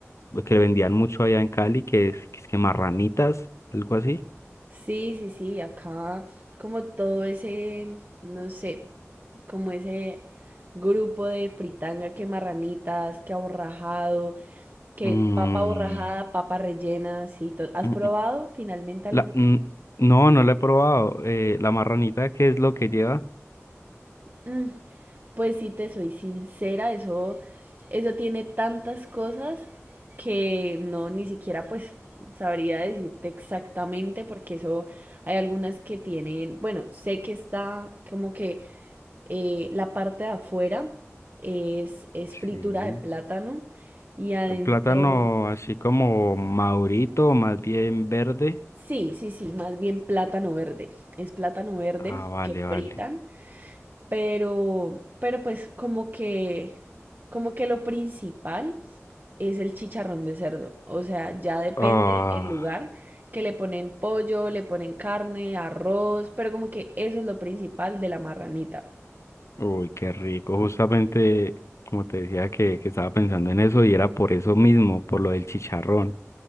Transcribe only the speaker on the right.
Sí, sí, sí, acá como todo ese, no sé, como ese grupo de fritanga, que marranitas, que aborrajado. que
papa borrajada, papa rellena, sí, to- ¿has
probado
finalmente alguna?
Mm, pues sí, te soy sincera, eso, eso tiene tantas cosas que no, ni siquiera pues sabría decirte exactamente porque eso hay algunas que tienen, bueno, sé que está como que eh, la parte de afuera es, es
fritura de plátano y adentro,
sí, sí, sí, más bien plátano verde, es plátano verde
que
fritan. Pero, pero pues como que, como que lo principal es el chicharrón de cerdo. O sea, ya depende
el lugar que le ponen pollo, le ponen carne, arroz, pero como que eso es lo principal de la marranita.